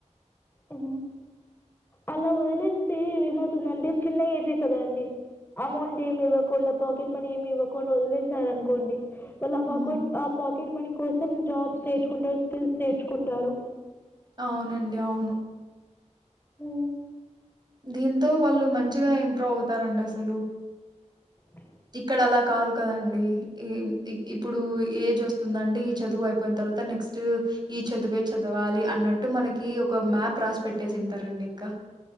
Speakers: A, on the left (about 15°); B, on the right (about 35°).
A: ఉ అలా వదిలేస్తే ఏమవుతుంది అండి చిన్న ఏజే కదా అండి అమౌంట్ ఏమి ఇవ్వకుండా పాకెట్ మనీ ఏమి ఇవ్వకుండా వదిలేసార అనుకోండి వాళ్ళు ఆ
B: హ్మ్.
A: పాకెట్ ఆ పాకెట్ మనీ కోసం జాబ్స్ నేర్చుకుంటారు స్కిల్స్ నేర్చుకుంటారు
B: అవునండి అవును
A: ఉ
B: దీంతో వాళ్ళు మంచిగా ఇంప్రూవ్ అవుతారండి అసలు
A: అ
B: ఇక్కడ అలా కాదు కదండి ఇ ఇప్పుడు ఏజ్ వస్తుందండి ఈ చదువు అయిపోయిన తర్వాత నెక్స్ట్ ఈ చదివే చదవాలి అన్నట్టు మనకి ఒక మ్యాప్ రాస్ పెట్టేసింటారండి ఇంకా